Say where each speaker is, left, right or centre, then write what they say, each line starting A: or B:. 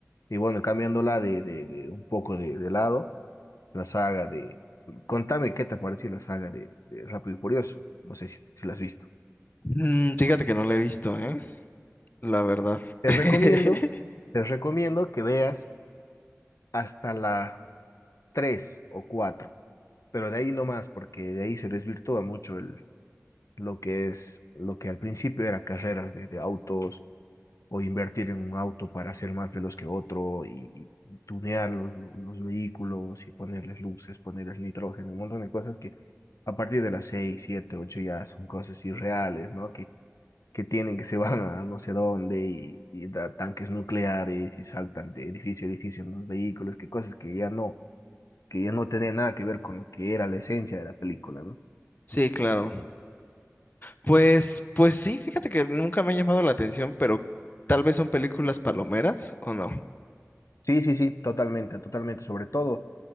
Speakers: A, on the left; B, on the left.
A: Y bueno, cambiándola de, de, de un poco de, de lado, la saga de... Contame qué te pareció la saga de, de Rápido y Furioso. No sé si, si la has visto.
B: Mm, fíjate que no la he visto, ¿eh? La verdad.
A: Te
B: <laughs>
A: recomiendo, te recomiendo que veas hasta la 3 o cuatro pero de ahí no más, porque de ahí se desvirtúa mucho el, lo que es, lo que al principio era carreras de, de autos o invertir en un auto para ser más veloz que otro y, y tunear los, lo- los vehículos y ponerles luces, ponerles nitrógeno, un montón de cosas que a partir de las 6 7 8 ya son cosas irreales, ¿no? Que que tienen, que se van a no sé dónde y, y da tanques nucleares y saltan de edificio a edificio en los vehículos, que cosas que ya no, que ya no tienen nada que ver con lo que era la esencia de la película, ¿no?
B: Sí, claro. Pues, pues sí, fíjate que nunca me ha llamado la atención, pero tal vez son películas palomeras o no.
A: Sí, sí, sí, totalmente, totalmente, sobre todo